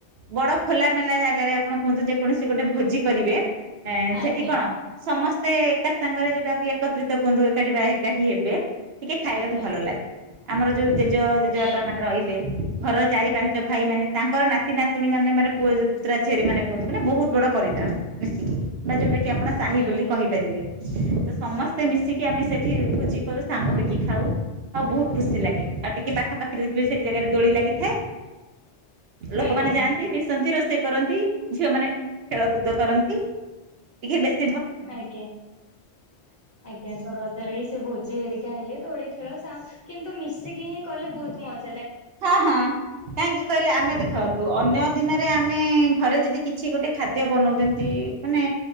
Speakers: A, on the right; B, on the left.
A: ବଡ। ଖୋଲା ମେଲା ଜାଗାରେ। ଆପଣ କୁହନ୍ତୁ ଯେକୌଣସି ଗୋଟେ ଭୋଜି କରିବେ। ଏଁ
B: ଆଜ୍ଞା
A: ସେଠି କଣ ସମସ୍ ସେ ଏକା ସାଙ୍ଗରେ ଯଉଟା କି ଏକତ୍ରିତ କୁହନ୍ତୁ। ଏକାଠି ବା ଏକାଠି ହେବେ। ଟିକେ ଖାଇବାକୁ
B: ଆଜ୍ଞା
A: ଭଲ ଲାଗେ ଆମର ଯୋଉ ଜେଜେ ଜେଜେ
B: ଆଜ୍ଞା
A: ବାପା ମାନେ ରହିଲେ ଘର ଚାରି ପାଞ୍ଚ ଭାଇ ମାନେ ତାଙ୍କର ନାତି ନାତୁଣୀ ମାନେ ମାନେ ପୁଅ ପୁତୁରା ଝେରି ମାନେ କୁହନ୍ତୁ ବହୁତ ବଡ ପରିବାର ମିିଶିକି ବା ଯୋଉଟା କି ଆପଣ ସାହି
B: ଆଜ୍ଞା
A: ବୋଲି କହିପାରିବେ ତ ସମସ୍ତେ
B: ଆଜ୍ଞା
A: ମିଶିକି ଆମେ ସେଠି ଭୋଜି କରୁ ସାଙ୍ଗ ହେଇକି ଖାଉ ଆଉ ବହୁତ ଖୁସି ଲାଗେ ଆଉ ଟିକେ ପାଖାପାଖି ସେଠି ଜାଗାରେ ଦୋଳି ଲାଗିଥାଏ। ଲୋକମାନେ
B: ଆଜ୍ଞା
A: ଯାଆନ୍ତି ମିଶନ୍ତି ର କରନ୍ତି ଝିଅମାନେ ଖେଳକୁଦ କରନ୍ତି ଟିକେ ବେଶ
B: ଆଜ୍ଞା ଆଜ୍ଞା ତ ରଜରେ ହି ସେ ଭୋଜି ହେ ହେଲେ ଦୋଳି ଖେଳ ସା କିନ୍ତୁ ମିଶିକି ହିଁ କଲେ ବହୁତ ମଜ
A: ହଁ ହଁ କାହିଁକି କହିଲେ ଆମେ
B: ଆଜ୍ଞା
A: ଦେଖନ୍ତୁ ଅନ୍ୟ ଦିନରେ ଆମେ ଥରେ ଯଦି କିଛି ଗୋଟେ ଖାଦ୍ୟ ବନାଉଛନ୍ତି ମାନେ